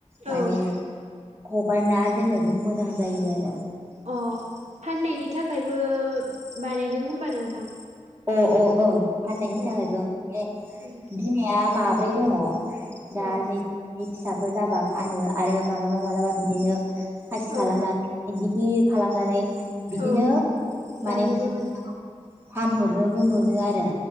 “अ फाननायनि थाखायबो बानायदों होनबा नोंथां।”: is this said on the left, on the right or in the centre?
Right